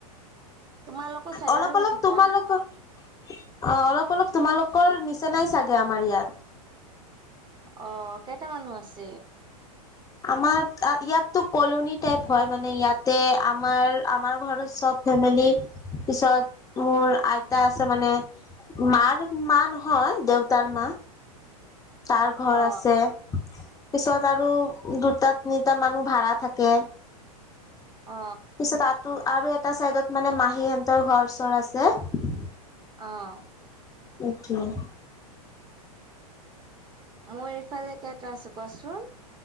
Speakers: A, on the right; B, on the left.
A: তোমালোকৰ চাইডৰে
B: অলপ
A: কথা
B: অলপ
A: কোৱা
B: তোমালোকৰ অ অলপ অলপ তোমালোকৰ নিচ চেনাই চাগে আমাৰ ইয়াত
A: অ কেইটা মানুহ আছে।
B: আমাৰ ইয়াততো কলনি টাইপ হয় মানে ইয়াতে আমাৰ। আমাৰ ঘৰত চব ফেমিলি পিছত মোৰ আইতা আছে মানে। মাৰ মা নহয় দেউতাৰ মা তাৰ ঘৰ
A: অ
B: আছে পিছত আৰু দুটা নি এটা মানুহ ভাড়া থাকে।
A: অ
B: পিছত আৰু আৰু এটা চাইডত মানে, মাহী হতৰ ঘৰ চৰ আছে।
A: অঁ।
B: অওকে <unintelligible>
A: মোৰ এইফালে কেইটা আছো কোৱাচোন